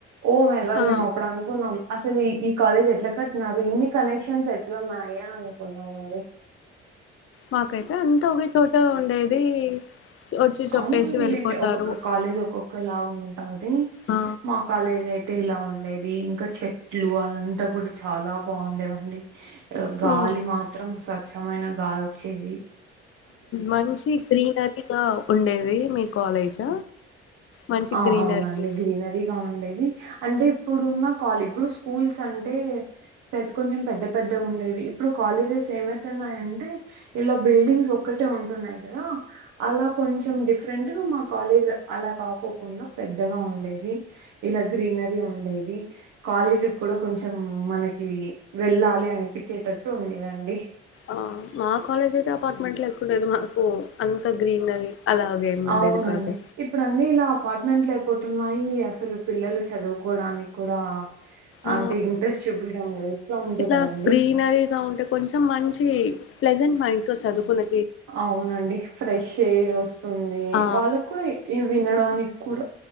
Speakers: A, on the right (about 65°); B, on the left (about 45°).
A: ఓ మై గాడ్
B: ఆ
A: మేము అప్పుడు అనుకున్నాం అసలు ఈ కాలేజ్ ఎట్లా కట్టిన్నారు. ఇన్ని కనెక్షన్స్ ఎట్లా ఉన్నాయి అని అనుకున్నామండి.
B: మాకైతే అంతా ఒకే చోట ఉండేది. వచ్చి చెప్పేసి
A: అవునులేండి,
B: వెళ్ళిపోతారు
A: ఒక్కొక్క కాలేజ్ ఒక్కొక్కలా ఉంటది
B: ఆ
A: మా కాలేజ్ అయితే ఇలా ఉండేది. ఇంకా చెట్లు అదంతా కూడా చాలా బాగుండేవండి. గాలి
B: ఉమ్
A: మాత్రం స్వచ్ఛమైన గాలి వచ్చింది.
B: మంచి గ్రీనరీగా ఉండేది మీ కాలేజ్. మంచి
A: ఆ
B: గ్రీనరీ
A: అవునండి గ్రీనరీగా ఉండేది. అంటే, ఇప్పుడున్నాల ఇప్పుడు స్కూల్స్ అంటే, పెద్ద కొంచెం పెద్ద పెద్ద ఉండేవి. ఇప్పుడు కాలేజెస్ ఏమైతున్నాయంటే, ఇలా బిల్డింగ్స్ ఒక్కటే ఉంటున్నాయి కదా, అలా కొంచెం డిఫరెంట్ గా, మా కాలేజ్ అలా కాకు కుండా పెద్దగా ఉండేది. ఇలా గ్రీనరీ ఉండేది. కాలేజీ కూడా కొంచెం మనకి వెళ్ళాలి అనిపించేటట్టు ఉండేదండి.
B: ఆ మా కాలేజ్ అయితే అపార్ట్మెంట్ ఎక్కువ లేదు మాకు అంత గ్రీనరీ అలాగేమి ఉండేది
A: అవునండి
B: కాదు
A: ఇప్పుడు అన్నీ ఇలా అపార్ట్మెంట్ అయిపోతున్నాయి అసలు పిల్లలు చదువుకోవడానికి కూడా
B: ఆ
A: అంటే ఇంట్రెస్ట్ చూపియడం లేదు. ఉంటే
B: ఇట్లా
A: కదండీ.
B: గ్రీనరీగా ఉంటే కొంచెం మంచి ప్రజెంట్ మా ఇంట్లో చదువుకునే
A: అవునండి ఫ్రెష్ ఎయిర్ వస్తుంది
B: ఆ
A: వాళ్ళకు కూడా వినడానికి కూడా